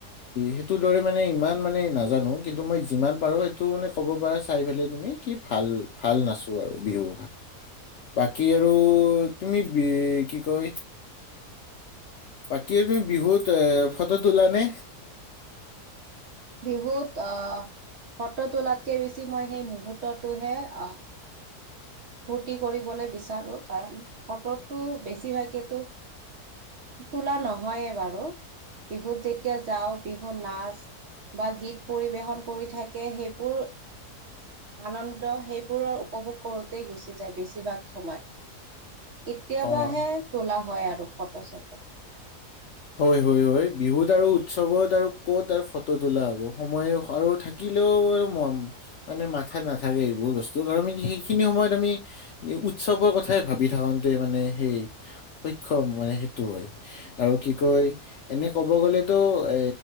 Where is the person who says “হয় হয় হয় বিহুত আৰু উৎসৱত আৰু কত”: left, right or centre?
Left